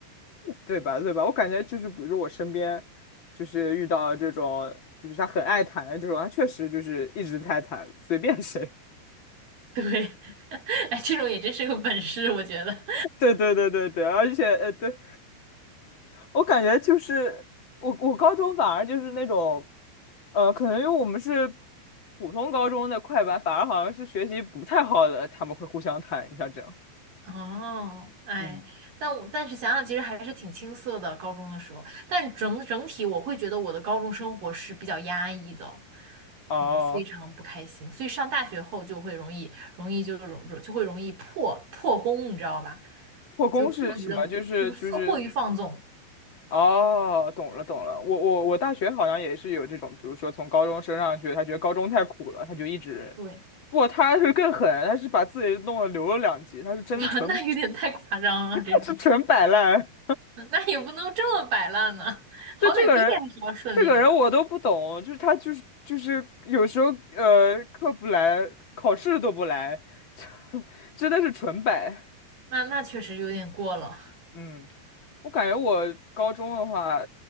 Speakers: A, on the left (about 40°); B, on the right (about 55°).
A: 对吧？对吧？我感觉就是，比如说我身边就是遇到这种，就是他很爱谈的这种，他确实就是一直在谈，随便谁。
B: 对，<laughs> 哎，这种也真是个本事，我觉得。
A: 对对对对对，而且呃，对我感觉就是我我高中反而就是那种呃，可能因为我们是普通高中的快班，反而好像是学习不太好的，他们会互相谈，你像这样，
B: 哦，哎，
A: 嗯，
B: 但我但是想想，其实还是挺青涩的，高中的时候。但整整体，我会觉得我的高中生活是比较压抑的，
A: 哦，
B: 嗯，非常不开心。所以上大学后就会容易容易就容就会容易破破功，你知道吧？
A: 破功是什么？
B: 就过于的，
A: 就是就是
B: 就是放过于放纵。
A: 哦，懂了懂了，我我我大学好像也是有这种，比如说从高中升上去，他觉得高中太苦了，他就一直
B: 对，
A: 不，他是更狠，他是把自己弄了留了两级，他是真的纯，
B: <laughs> 那有点太夸张了，
A: <laughs>
B: 这种，
A: 他是纯摆烂。
B: 那也不能这么摆烂呢，好歹毕业还是要顺利的吧？
A: 对这个人，这个人我都不懂，就是他就是就是有时候呃课不来，考试都不来，<laughs> 真的是纯摆。
B: 那那确实有点过了，
A: 嗯，我感觉我高中的话，